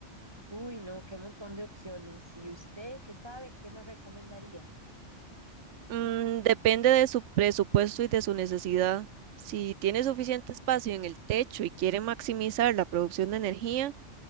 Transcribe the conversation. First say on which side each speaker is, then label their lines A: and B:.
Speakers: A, on the right; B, on the right.
A: Uy, no, qué montón de opciones. ¿Y usted qué sabe? ¿Qué me recomendaría?
B: Mm, depende de su presupuesto y de su necesidad. Si tiene suficiente espacio en el techo y quiere maximizar la producción de energía,